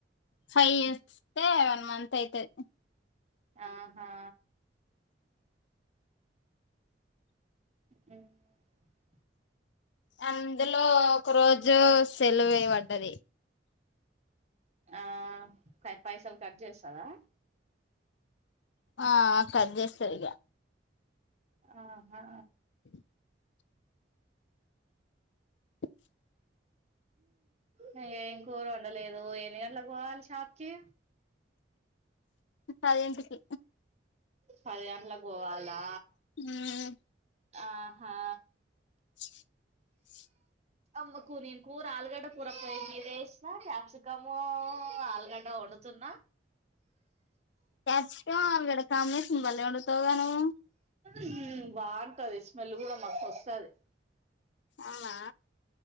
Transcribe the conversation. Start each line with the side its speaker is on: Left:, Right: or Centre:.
Left: ఫైవ్ వస్తే వన్ మంత్ అయితది
Right: ఆహా <unintelligible>
Left: అందులో ఒక రోజు సెలవేబడ్డది
Right: ఆ కై పైసలు కట్ చేస్తదా
Left: ఆ కట్ చేస్తదిగా
Right: ఆహా
Left: <inaudible> <inaudible>
Right: హు ఏం కూర వండలేదు ఎన్ని గంటలకు పోవాలి షాప్కి.
Left: పది గంటలకి
Right: పది గంటలకి పోవాలా
Left: ఉమ్
Right: ఆహా.
Left: <inaudible>
Right: అమ్మకు నేను కూర ఆలుగడ్డ కూర పోయి మీద వేసిన, క్యాప్సికము ఆలుగడ్డ. కొడుతున్నా
Left: క్యాప్సికం, ఆలుగడ్డ కాంబినేషన్ భలే వండుతావుగా నువ్వు.
Right: హు బావుంటది స్మెల్ కూడా మాస్తోస్తది.
Left: అవునా